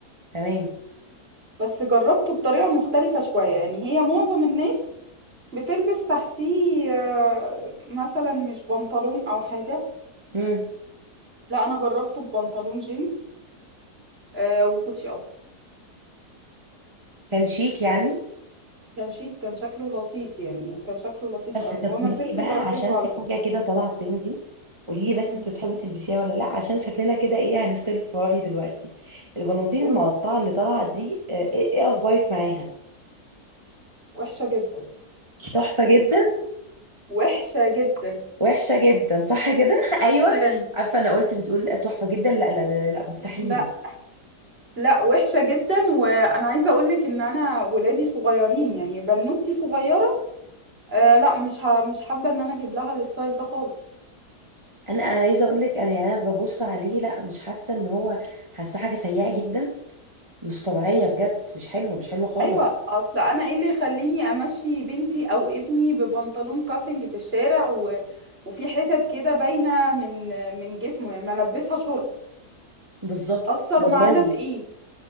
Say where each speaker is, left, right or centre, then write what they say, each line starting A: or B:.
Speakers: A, on the right; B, on the right.
A: تمام
B: بس جربته بطريقة مختلفة شوية يعني هي معظم الناس بتلبس تحتيه آه، مثلا مش بنطلون أو حاجة
A: امم
B: لا أنا جربته ببنطلون جينز آه، وكوتشي أبيض
A: كان شيك يعني
B: كان شيك كان شكله لطيف يعني كان شكله لطيف
A: طب
B: أوي وما
A: طب قولي
B: زلت
A: لي بقى
B: بلبسه
A: عشان في
B: على
A: حاجة
B: فكرة
A: كده طالعة ترندي قولي لي بس
B: أمم،
A: انت بتحبي تلبسيها ولا لا عشان شكلنا كده ايه هنختلف في رأيي دلوقتي البناطيل
B: قولي
A: المقطعة اللي طالعة دي آه، ايه إيه أخبارك معاها
B: وحشة جدا
A: تحفة جدا
B: وحشة جدا
A: وحشة جدا صح كده <laughs> ايوه
B: جدا
A: عارفة انا قلت بتقول تحفة جدا لا لا لا, لا مستحيل
B: لا لا وحشة جدا وأنا عايزة أقولك إن أنا ولادي صغيرين يعني بنوتي صغيرة آه لا مش ه... مش حابة إن أنا أجيب لها الستايل ده خالص
A: انا أنا عايزة اقول لك انا يعني انا ببص عليه لا مش حاسة ان هو حاسة حاجة سيئة جدا مش طبيعية بجد مش حلوة مش حلوة خالص
B: ايوه اصل انا ايه اللي يخليني امشي بنتي او ابني ببنطلون كاتنج في الشارع و... وفي حتت كده باينه من من جسمه يعني ما البسها شورت
A: بالظبط
B: اثر
A: والله
B: معانا في ايه